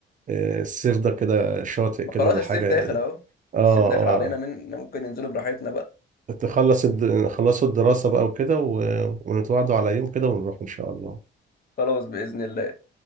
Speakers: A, on the right; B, on the left.
A: آه، الصيف ده كده شاطئ
B: ما
A: كده
B: خلاص
A: ولا
B: الصيف
A: حاجة
B: داخل
A: يعني.
B: اهو
A: اه
B: الصيف داخل علينا
A: اه
B: نن- ممكن ننزله براحتنا بقى
A: تخلص الد... خلصوا الدراسة بقى وكده و... ونتوعدوا على يوم كده ونروح ان شاء الله
B: خلاص باذن الله